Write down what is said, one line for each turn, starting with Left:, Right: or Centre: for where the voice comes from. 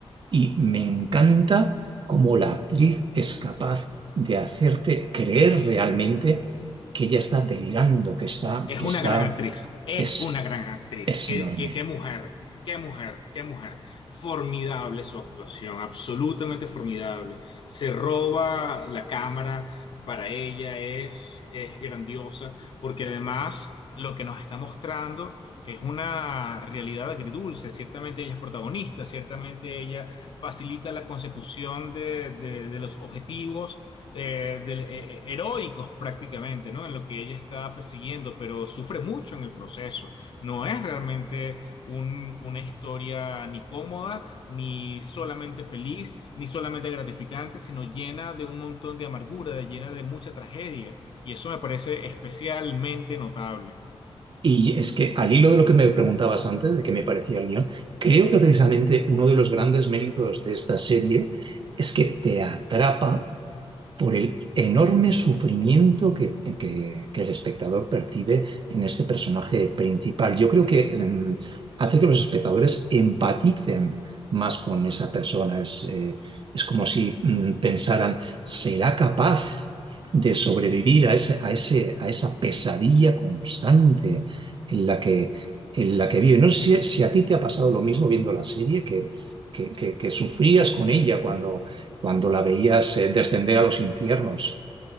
Right: Y me encanta cómo la actriz es capaz de hacerte creer realmente que ella está delirando, que está,
Left: Es
Right: que
Left: una
Right: está,
Left: gran actriz, es
Right: es,
Left: una gran actriz.
Right: es
Left: Qué,
Right: enorme.
Left: qué, qué mujer, qué mujer, qué mujer. Formidable su actuación, absolutamente formidable. Se roba la cámara, para ella es, es grandiosa, porque además lo que nos está mostrando es una realidad agridulce. Ciertamente ella es protagonista, ciertamente ella facilita la consecución de, de de los objetivos eh, del- eh, eh, heroicos prácticamente, ¿no? En lo que ella está persiguiendo, pero sufre mucho en el proceso. No es realmente un- una historia ni cómoda, ni solamente feliz, ni solamente gratificante, sino llena de un montón de amargura, de- llena de mucha tragedia. Y eso me parece especialmente notable.
Right: Y es que al hilo de lo que me preguntabas antes, de qué me parecía el guión, creo que precisamente uno de los grandes méritos de esta serie es que te atrapa por el enorme sufrimiento que, que- que el espectador percibe en este personaje principal. Yo creo que mm, hace que los espectadores empaticen más con esa persona. Es, eh, es como si mm, pensaran, ¿será capaz de sobrevivir a ese- a ese- a esa pesadilla constante en la que, en la que vive? No sé si, si a ti te ha pasado lo mismo viendo la serie, que, que- que- que sufrías con ella cuando cuando la veías eh, descender a los infiernos.